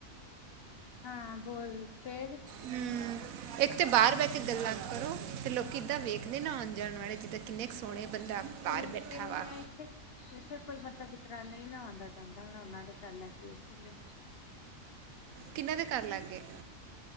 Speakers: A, on the left; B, on the right.
A: ਹਾਂ ਬੋਲ ਫੇਿਰ
B: ਹਮ ਇੱਕ ਤੇ ਬਾਹਰ ਬਹਿ ਕੇ ਗੱਲਾਂ ਕਰੋ ਤੇ ਲੋਕੀ ਦਾਂ ਵੇਖਦੇ ਨਾ ਆਉਣ ਜਾਣ ਵਾਲੇ ਜਿੱਦਾਂ ਕਿੰਨੇ ਕੁ ਸੋਹਣੇ ਬੰਦਾ
A: ਸੋਚਦੇ
B: ਬਾਹਰ ਬੈਠਾ
A: ਹੋਣੇ
B: ਵਾ
A: ਆ ਇੱਥੇ ਉੱਥੇ ਕੋਈ ਮਤਲਬ ਵਿਤਰਾ ਨਹੀਂ ਨਾ ਆਉਂਦਾ ਜਾਂਦਾ ਹ ਉਹ ਦੇ ਪਾਂ ਪੈਲਾ ਕੇ ਸੀ
B: ਕਿਨਾਂ ਦੇ ਕਰ ਲੱਗ ਗਏ।